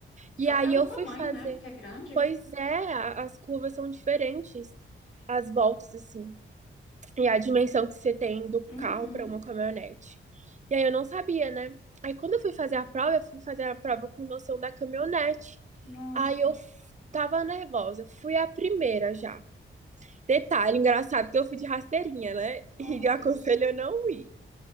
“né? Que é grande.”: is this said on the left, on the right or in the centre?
Left